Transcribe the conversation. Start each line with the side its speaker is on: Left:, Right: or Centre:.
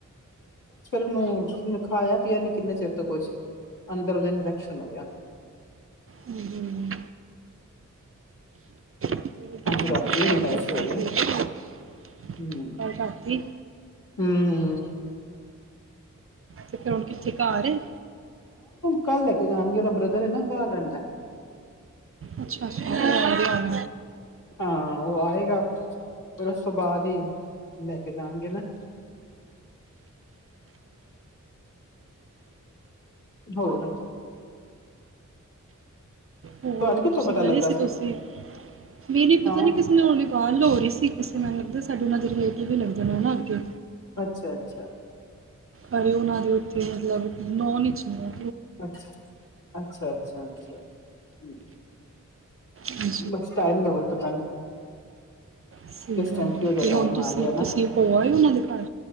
Left: ਹਮ ੳਹਨੇ ਖਾਇਆ ਪੀਆ ਨੀ ਕਿੰਨੇ ਚਿਰ ਤੋਂ ਕੁਛ ਅੰਦਰ ਉਹਦਾ ਇਨਫੈਕਸ਼ਨ ਹੋ ਗਿਆ
Right: ਹਮ ਹਮ <inaudible>
Left: ਅੱਜ ਰਾਤੀ ਉਹਦੀ ਡਾਇਟ ਹੋਈ ਹੈ ਹਮ
Right: ਕੱਲ ਰਾਤੀ
Left: ਹਮ
Right: ਤੇ ਫੇਰ ਹੁਣ ਕਿੱਥੇ ਘਰ ਏ
Left: ਕੱਲ੍ਹ ਲੈ ਕੇ ਜਾਣਗੇ ਉਹਦਾ ਬ੍ਰਦਰ ਹੈ ਨਾ ਬਾਹਰ ਰਹਿੰਦਾ
Right: ਅਛਾ ਅਛਾ
Left: ਹਾਂ ਉਹ ਆਏਗਾ ਫਿਰ ਉਸ ਤੋਂ ਬਾਅਦ ਹੀ ਲੈ ਕੇ ਜਾਣਗੇ ਨਾ ਹੋਰ
Right: ਹੋਰ
Left: ਤੁਹਾਨੂੰ ਕਿੱਥੋਂ
Right: ਤੁਸੀਂ
Left: ਪਤਾ
Right: ਗਏ
Left: ਲੱਗਾ
Right: ਸੀ ਤੁਸੀਂ ਨੀ ਨੀ ਪਤਾ
Left: ਹਾਂ
Right: ਨਹੀ ਕਿਸੇ ਨੇ ਹੁਣੀ ਗੱਲ ਹੋ ਰਹੀ ਸੀ ਕਿਸੇ ਮੈਨੂੰ ਲੱਗਦਾ ਸਾਡੇ ਨਾਲ ਜ ਕਲੇਟੀ ਵੀ ਲੱਗ ਜਾਣਾ ਨਾ ਅੱਗੇ
Left: ਅੱਛਾ ਅੱਛਾ
Right: ਘਰੇ ਉਹਨਾਂ ਦੇ ਉੱਥੇ ਮਤਲਬ ਨੌਨ ਵਿਚ ਨੇ
Left: ਅੱਛਾ ਅੱਛਾ ਅੱਛਾ ਅੱਛਾ ਹਮ
Right: ਹਾਂਜੀ
Left: ਬਸ ਟਾਈਮ ਦਾ ਕੋਈ ਪਤਾ ਨੀ
Right: ਸਹੀ
Left: ਕਿਸ
Right: ਗੱਲ
Left: ਟਾਈਮ ਕਿਹੋ
Right: ਹੈ
Left: ਜਿਹਾ
Right: ਤੇ
Left: ਟਾਈਮ
Right: ਹੁਣ ਤੁਸੀਂ
Left: ਆ ਗਿਆ ਨਾ
Right: ਤੁਸੀਂ ਹੋ ਆਏ ਉਹਨਾਂ ਦੇ ਘਰ